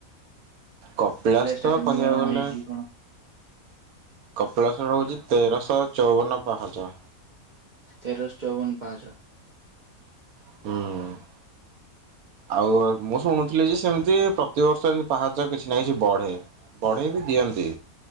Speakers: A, on the right (about 80°); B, on the right (about 55°).
A: କପିଳାସ
B: ପ୍ଲେସ ଟା
A: ତ
B: କେମିତି
A: କହିବାକୁ
B: କଣ
A: ଗଲେ
B: ହେଇଛି କଣ
A: କପିଳାସ ରହୁଛି ତେରଶହ ଚଉବନ ପାହାଚ।
B: ତେରଶହ ଚଉବନ ପାହାଚ।
A: ହୁଁ। ଆଉ ମୁଁ ଶୁଣୁଛି। ଥିଲେ ଯେ ସେମିତି ପ୍ରତିବର୍ଷ ଏମିତି ପାହାଚ କିଛି ନା କିଛି ବଢ଼େ ବଢେଇ ବି ଦିଅନ୍ତି।